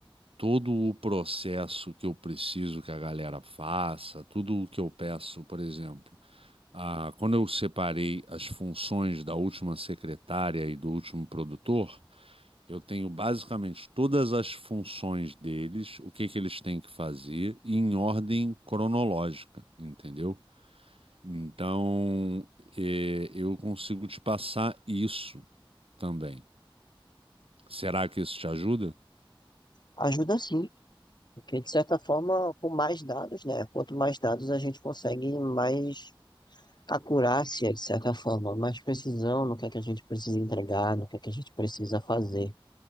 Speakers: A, on the right; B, on the left.
A: todo o processo que eu preciso que a galera faça, tudo o que eu peço, por exemplo, ah, quando eu separei as funções da última secretária e do último produtor, eu tenho basicamente todas as funções deles, o que que eles têm que fazer, em ordem cronológica, entendeu? Então, eh, eu consigo te passar isso também. Será que isso te ajuda?
B: Ajuda sim, porque de certa forma, com mais dados, né? Quanto mais dados a gente consegue, mais acurácia, de certa forma, mais precisão no que é que a gente precisa entregar, no que é que a gente precisa fazer.